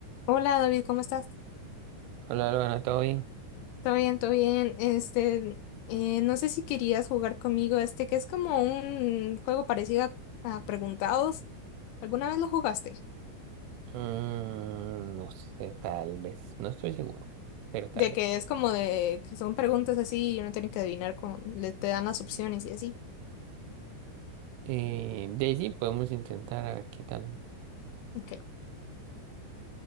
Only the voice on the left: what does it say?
Hola David, ¿cómo estás?
Todo bien, todo bien. Este, eh, no sé si querías jugar conmigo este, que es como un juego parecido a, a Preguntados. ¿Alguna vez lo jugaste?
De
que es como de que son preguntas así y uno tiene que adivinar con, le te dan las opciones y así.
Ok,